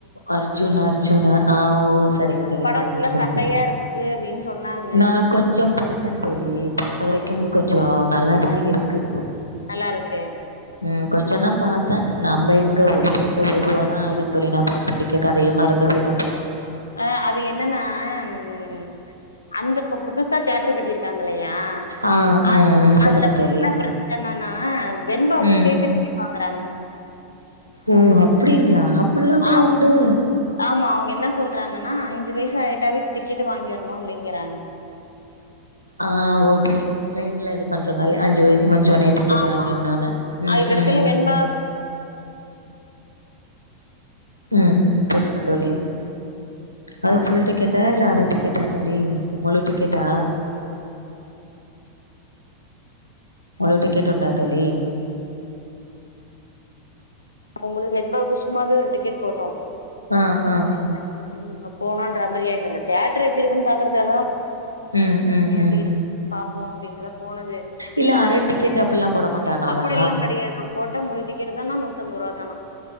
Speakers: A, on the right; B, on the left.
A: அர்ஜுன் அர்ஜுன்னு ஆ ஓ சரிங்க தோழி
B: படோ
A: சரிங்க
B: ஃபுல்லா
A: தோழி
B: சண்டையா இருக்கு அப்டின்னு சொன்னாங்க
A: நா கொஞ்சம் பாத் தந் தோழி பாத்த வரைக்கும் கொஞ்சோ நல்லாதா இருக்கு
B: நல்லா இருக்கு
A: ம் கொஞ்சந்தா பாத்தே நம்ப எங்க ஒரு படத்த ஒரு ஒரு வாரோ ஆயிடுந் தோழி நா பாத்து முடிக்க கதையே மறந்து போயிடு அப்பறோ
B: ஆ அது என்னன்னா ம் அந்த இப்ப புதுசா தேட்டரு கட்டிருக்காங்கில்லையா
A: ஆ
B: அ
A: ம் சொல்லுங்க
B: அதுல ஒரு
A: தோழி.
B: என்ன ப்ரெச்சனனா வெண்பாவுக்கு
A: ம்
B: சேத்து டிக்கெட் வாங்கறாங்க
A: ஓ அப்டிங்ளா அப்பில்லாமா
B: ஆமா
A: உண்டு
B: ஆமா அவுங்க என்ன சொல்றாங்கன்னா அஞ்சு வயசு ஆயிட்டாவே டிக்கெட்டு வாங்கிர்ணு அப்டிங்கறாங்க
A: ஆ ஓர் ட்ரெய்ம் ட்ரெயின்ல இது பண்ற மாரி அஞ்சு வயசு முஞ்ச ஒன்னே டிக்கெட்
B: ஆமா
A: வாங்கின்னுனு ம்
B: அது கடைசில
A: ம்
B: வெண்பா
A: ம் சொல்லுங்க தோழி அது ஃபுல் டிக்கெட்டா இல்ல அர டிக்கெட்டா தோழி முழு டிக்கெட்டா முழு டிக்கெட் உண்டா தோழி
B: அவுங்களு வெண்பாவுக்கு சும்மாவே ஒரு டிக்கெட் போட்டோ
A: ஆ ஆ
B: <unintelligible> போனுன்ற மாரியாயிர்ச்சு அந்த தேட்ரு எப்டி இருக்குனு பாக்குறக்காகதா
A: ம் ம்
B: <unintelligible> எப்டி
A: ம்
B: இரு பாப்போ அப்டின்ட்டுதா போனது
A: இல்ல அர டிக்கெட் அப்பில்லா போட மாட்டானுவளா
B: அப்படில்லா கெடையாதா போட்ட முழுடிக்கெட்டுதானா நூத்தம்பருவா தானா